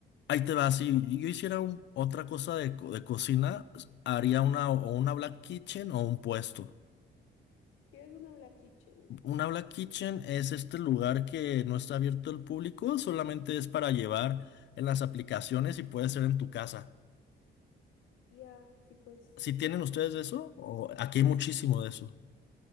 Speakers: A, on the left; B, on the left.
A: ahí te va. Si yo hiciera un- otra cosa de, co- de cocina, haría
B: Ujú.
A: una, o una black kitchen o un puesto.
B: ¿Qué es una Black Kitchen?
A: Una Black Kitchen es este lugar que no está abierto al público, solamente es para llevar en las aplicaciones y puede ser en tu casa.
B: Ya, sí, pues.
A: Si tienen ustedes de eso, o aquí hay muchísimo de eso.